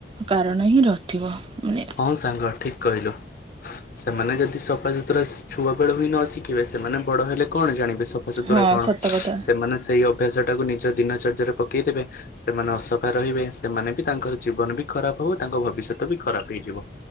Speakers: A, on the right; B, on the left.
A: କାରଣ ହିଁ ନଥିବ। ମାନେ
B: ହଁ ସାଙ୍ଗ ଠିକ୍ କହିଲୁ? ସେମାନେ ଯଦି ସଫାସୁତୁରା ଛୁଆ ବେଳୁ ହିଁ ନ ଶିଖିବେ। ସେମାନେ ବଡ ହେଲେ କଣ ଜାଣିବେ? ସଫାସତୁରା
A: ହଁ
B: କଣ?
A: ସତ କଥା
B: ସେମାନେ ସେଇ ଅଭ୍ୟାସ ଟାକୁ ନିଜ ଦିନଚର୍ଯ୍ୟରେ ପକେଇ ଦେବେ, ସେମାନେ ଅସଫା ରହିବେ ସେମାନେ ବି ତାଙ୍କର ଜୀବନ ବି ଖରାପ ହେବ। ତାଙ୍କ ଭବିଷ୍ୟତ ବି ଖରାପ। ହେଇଯିବ,